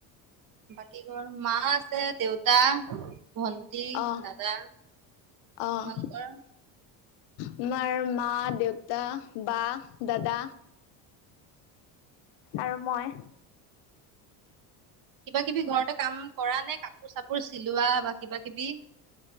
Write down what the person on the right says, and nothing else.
বাকী ঘৰ মা আছে দেউতা ভন্টি
দাদা। তোমালোকৰ
কিবা কিবি ঘৰতে কাম কৰা নে কাপোৰ চাপোৰ চিলোৱা বা কিবা কিবি।